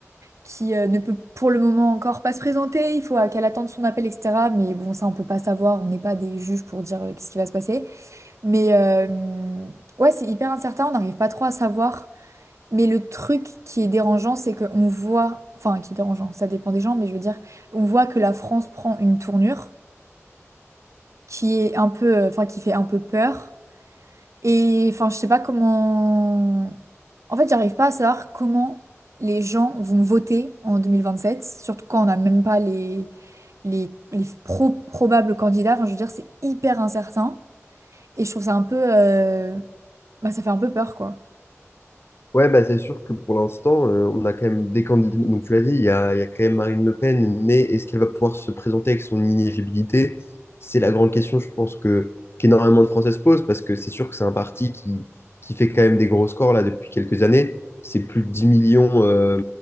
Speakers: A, on the right; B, on the left.
A: qui euh, ne peut pour le moment encore pas se présenter, il faut euh, qu'elle attende son appel, etc. Mais bon, ça, on peut pas savoir, on n'est pas des juges pour dire euh, qu'est-ce qui va se passer. Mais euh, ouais, c'est hyper incertain, on n'arrive pas trop à savoir. Mais le truc qui est dérangeant, c'est qu'on voit, enfin qui est dérangeant, ça dépend des gens, mais je veux dire, on voit que la France prend une tournure qui est un peu, euh, enfin qui fait un peu peur. Et enfin, je sais pas comment. En fait, j'arrive pas à savoir comment les gens vont voter en deux mille vingt sept surtout quand on n'a même pas les, les, les pro- probables candidats. Enfin, je veux dire, c'est hyper incertain. Et je trouve ça un peu, euh, bah, ça fait un peu peur, quoi.
B: Ouais, bah, c'est sûr que pour l'instant, euh, on a quand même des candidats. Donc, tu l'as dit, il y a, il y a quand même Marine Le Pen, mais est-ce qu'elle va pouvoir se présenter avec son inéligibilité? C'est la grande question, je pense, que qu'énormément de Français se posent, parce que c'est sûr que c'est un parti qui, qui fait quand même des gros scores là depuis quelques années. C'est plus de 10 millions, euh,